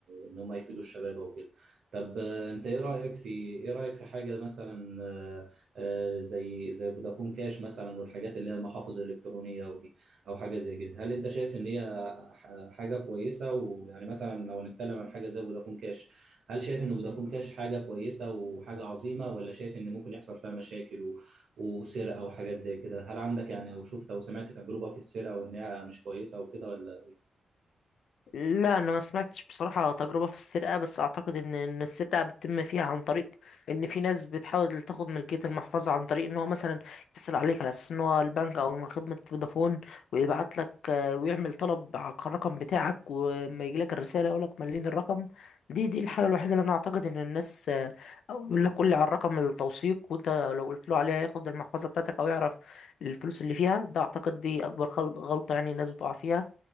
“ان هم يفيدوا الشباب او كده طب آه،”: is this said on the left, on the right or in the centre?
Right